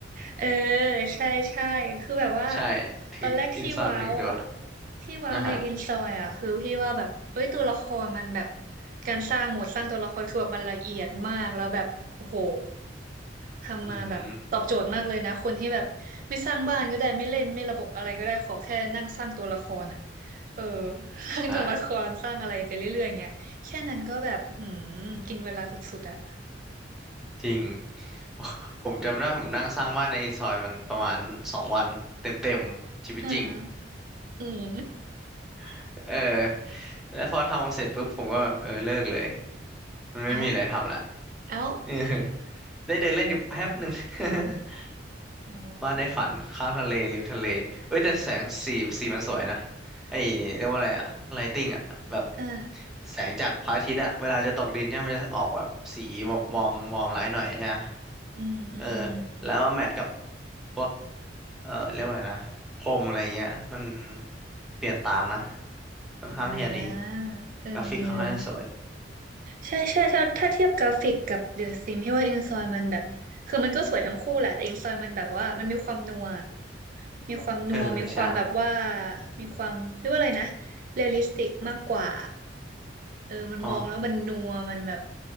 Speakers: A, on the right; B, in the centre.
A: เออใช่ใช่คือแบบว่า
B: <laughs> ใช่
A: ตอนแรกที่ว้าวอ่ะ
B: อินซอนมันถึงโดด
A: ที่ว้าวในอินซอยอ่ะคือพี่ว่าแบบเอ้ยตัวละครมันแบบ
B: นะฮะ
A: การสร้างโหมดสร้างตัวละครคือแบบมันละเอียดมากแล้วแบบโอ้โหทำมาแบบตอบโจทย์มากเลยนะคนที่แบบไม่สร้างบ้านก็ได้ไม่เล่นไม่ระบบอะไรก็ได้ขอแค่นั่งสร้างตัวละครอ่ะ
B: อืม
A: เออ <laughs> สร้างตัวละครสร้างอะไรไปเรื่อยๆอย่างเงี้ยแค่นั้นก็แบบหืมกินเวลาสุดๆอ่ะ
B: ใช่จริง <laughs> ผมจำได้ผมนั่งสร้างบ้านในอินซอยมันประมาณสองวันเต็มๆชีวิตจริง
A: อืมอืม
B: <laughs> เออแล้วพอทำเสร็จปุ๊บผมก็แบบเออเลิกเลย
A: <laughs>
B: มันไม่มีอะไรทำละ
A: เอ้า
B: <laughs>
A: เอ้า
B: เออได้เดินเล่นอยู่แป๊บหนึ่ง <laughs>
A: อ๋อ
B: บ้านในฝันข้างทะเลริมทะเลเอ้ยแต่แสงสีสีมันสวยนะไอ้เรียกว่าอะไรอะไลติ้งอะแบบ
A: อ่า
B: แสงจากพระอาทิตย์อะเวลาจะตกดินใช่ไหมมันจะออกแบบสีวอร์มวอร์มไลท์หน่อยใช่ไหม
A: อืมอืม
B: เออแล้วมาแมทกับพวกเออเรียกว่าอะไงนะพรมอะไรเงี้ยมันเปลี่ยนตามนะค่อนข้างที่จะดี
A: อ่าเออ
B: กราฟิกค่อนข้างจะสวย
A: ใช่ใช่ถ้าถ้าเทียบกราฟิกกับเดอะซิมที่ว่าอินซอยมันแบบ คือมันก็สวยทั้งคู่แหละ แต่อินซอยมันแบบว่ามันมีความนัวมีความนัวมีความแบบว่า
B: เออใช่
A: มีความเรียกว่าอะไรนะเรียลลิสติกมากกว่าเออมันมองแล้วมันนัวมันแบบ
B: อ๋อ